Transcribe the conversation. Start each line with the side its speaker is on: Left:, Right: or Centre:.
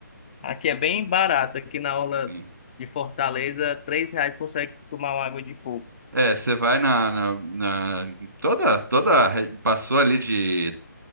Left: aqui é bem barato, aqui na aula
Right: Sim.
Left: de Fortaleza, três reais consegue tomar uma água de coco.
Right: É, você vai na, na, na- em toda toda re- passou ali de,